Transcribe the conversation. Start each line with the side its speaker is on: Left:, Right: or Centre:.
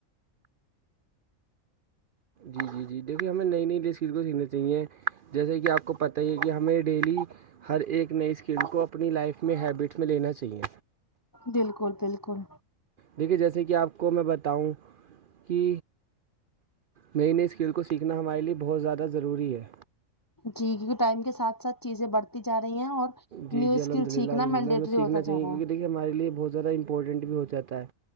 Right: جی جی دیکھیے ہمیں نئی نئی <unintelligible> سیکھنا چاہیے جیسے کی آپ کو پتہ ہی ہے کی ہمیں ڈیلی ہر ایک نئی اسکل کو اپنی لائف میں حبیٹس میں لینا چاہیے
Left: بالکل بالکل
Right: دیکھیے جیسے کی آپ کو میں بتاؤں کی نئی نئی اسکل کو سیکھنا ہمارے لے بہت زیادہ ضروری ہے
Left: جی جی ٹائم کے ساتھ ساتھ چیزیں بڑھتی جا رہی ہیں اور
Right: جی
Left: نیو
Right: جی
Left: اسکل
Right: الحمد للہ
Left: سیکھنا
Right: الحمد
Left: مینڈیٹری
Right: للہ ہمیں سیکھنا
Left: ہوتا
Right: چاہیے
Left: جا رہا
Right: کیونکی
Left: ہے
Right: دیکھیے ہمارے بہت زیادہ امپورٹنٹ بھی ہو جاتا ہے